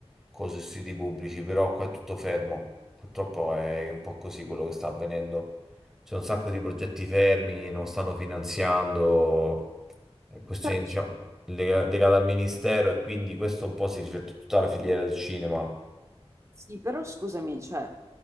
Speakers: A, in the centre; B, on the right (about 25°).
A: Con i siti pubblici, però qua è tutto fermo. Purtroppo è un po' così quello che sta avvenendo. C'è un sacco di progetti fermi, non stanno finanziando eh, questioni,
B: Però
A: diciamo, lega- legate al ministero e quindi questo un po' si riflette su tutta la filiera del cinema.
B: Sì, però scusami, cioè,